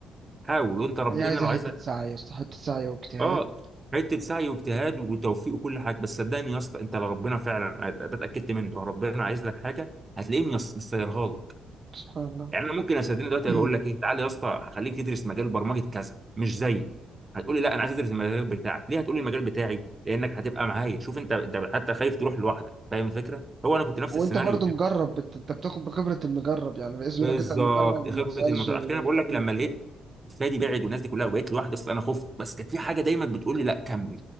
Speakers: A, on the right (about 25°); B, on the right (about 45°).
A: حاول وانت ربنا
B: هي عايزة
A: لو
B: حتة
A: عايز
B: سعي يا اسطى حتة سعي واجتهاد
A: اه حته سعي واجتهاد وتوفيق وكل حاجه بس صدقني يا اسطى انت لو ربنا فعلا ده اتاكدت منه لو ربنا عايز لك حاجه هتلاقيه ميس- مسيرها لك
B: سبحان الله
A: يعني انا ممكن استدين دلوقتي
B: <clears throat>
A: أجي اقول لك ايه تعالى يا اسطى هخليك تدرس مجال برمجه كذا مش زيي هتقول لي لا انا عايز ادرس المجال بتاعك ليه هتقول لي المجال بتاعي لانك هتبقى معايا شوف انت انت حتى خايف تروح لوحدك فاهم الفكره هو انا كنت نفس
B: وانت
A: السيناريو
B: برضو مجرب بت... انت بتاخد بخبرة المجرب يعني باسم
A: بالظبط
B: يقول لك اسأل مجرب
A: خبره
B: ما تسألش
A: المطار عشان كده انا بقول
B: طبيب
A: لك لما لقيت فادي بعد والناس دي كلها وبقيت لوحدي اصلا انا خفت بس كانت في حاجه دايما بتقول لي لا كمل